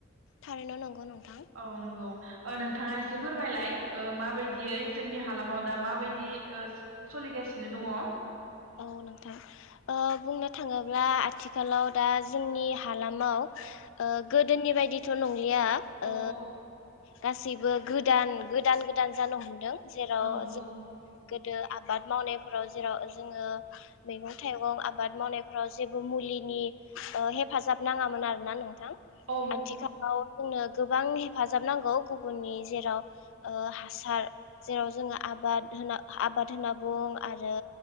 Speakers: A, on the left; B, on the right.
A: थारैनो नंगौ नोंथां।
B: औ नंगौ ओ नोंथाङा एसे फोरमायलाय ओ माबायदियै जोंनि हालामाव दा माबायदि ओ सोलिगासिनो दङ।
A: औ नोंथां ओ बुंनो थाङोब्ला आथिखालाव दा जोंनि हालामाव ओ गोदोनि बायदि थ नं लिआ
B: औ
A: ओ
B: औ
A: गासैबो गोदान गोदान गोदान जानो हमदों। जेराव
B: औ नंगौ
A: गोदो आबाद मावनायफोराव जेराव जोङो मैगं थाइगं आबाद मावनायफ्राव जेबो मुलिनि हेफाजाब नाङामोन आरोना नोंथां
B: औ
A: आथिखालाव जोंनो गोबां हेफाजाब नांगौ गुबुननि जेराव ओ हासार जेराव जोङो आबाद होन आबाद होनना बुं आरो